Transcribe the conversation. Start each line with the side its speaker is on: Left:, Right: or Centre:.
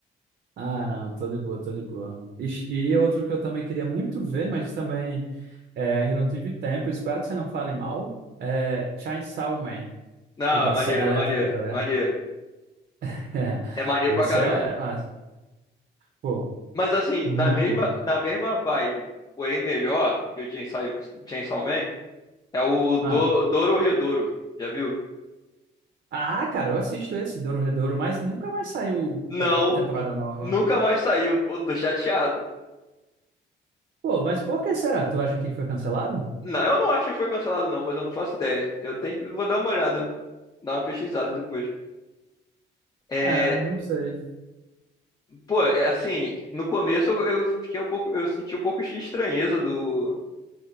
Right: Ah, não, tô de boa, tô de boa. E, e outro que eu também queria muito ver, mas também é, ainda não tive tempo, espero que você não fale mal, é Chainsaw Man,
Left: Não,
Right: o da
Left: é maneiro,
Right: Serra Elétrica,
Left: é maneiro,
Right: tá ligado?
Left: maneiro.
Right: <laughs>
Left: É maneiro
Right: Esse
Left: pra caramba.
Right: é, mas, pô,
Left: Mas assim,
Right: muito
Left: na mesma,
Right: bom.
Left: na mesma vibe, porém melhor que o Chainsaw, Chainsaw Man, é o Do,
Right: Ah,
Left: Dororedoro. Já viu?
Right: Ah, cara, eu assisto esse, Dororedoro, mas nunca mais saiu
Left: Não,
Right: a p- temporada nova.
Left: nunca mais saiu. Pô, tô chateado.
Right: Pô, mas por que será? Tu acha que foi cancelado?
Left: Não, eu não acho que foi cancelado, não, mas eu não faço ideia. Eu tenho, eu vou dar uma olhada, dar uma pesquisada depois. É,
Right: É, não sei.
Left: pô, é assim, no começo eu, eu fiquei um pouco, eu senti um pouco de estranheza do,